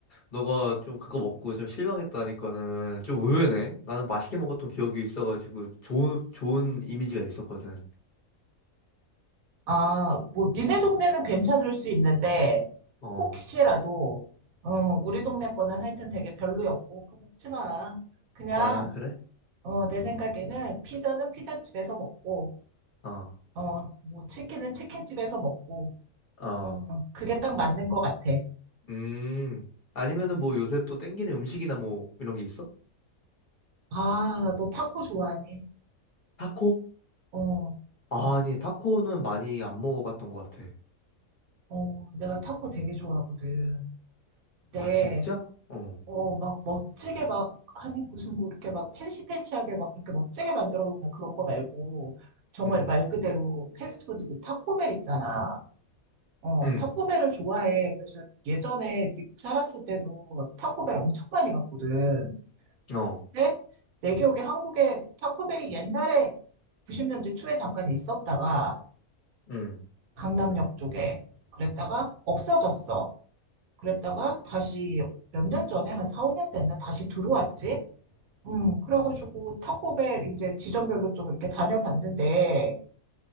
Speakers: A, on the left; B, on the right.
A: 너가 좀 그거 먹고 좀 실망했다니까는 좀 의외네. 나는 맛있게 먹었던 기억이 있어가지고 좋은 좋은 이미지가 있었거든.
B: 아, 뭐, 니네 동네는 괜찮을 수 있는데,
A: 어.
B: 혹시라도, 어, 우리 동네 거는 하여튼 되게 별로였고, 그거 먹지 마. 그냥,
A: 아, 그래?
B: 어, 내 생각에는 피자는 피자집에서 먹고,
A: 어.
B: 어, 뭐, 치킨은 치킨집에서 먹고,
A: 어.
B: 어, 그게 딱 맞는 것 같아.
A: 음. 아니면은 뭐 요새 또 땡기는 음식이나 뭐 이런 게 있어?
B: 아, 너 타코 좋아하니?
A: 타코?
B: 어,
A: 아, 아니, 타코는 많이 안 먹어봤던 것 같아.
B: 어, 내가 타코 되게 좋아하거든. 근데,
A: 아, 진짜? 어.
B: 어, 막 멋지게 막, 아니, 무슨 뭐 이렇게 막 팬시팬시하게 막 그렇게 멋지게 만들어 놓는 그런 거 말고, 정말
A: 응.
B: 말 그대로 패스트푸드 그 타코벨 있잖아. 어,
A: 응.
B: 타코벨을 좋아해. 그래서 예전에 미국 살았을 때도 타코벨 엄청 많이 갔거든.
A: 어.
B: 근데 내 기억에 한국에 타코벨이 옛날에 90년대 초에 잠깐 있었다가,
A: 응.
B: 강남역 쪽에. 그랬다가 없어졌어. 그랬다가 다시 몇 년 전에 한 4, 5년 됐나 다시 들어왔지. 음, 그래가지고 타코벨 이제 지점별로 좀 이렇게 다녀봤는데,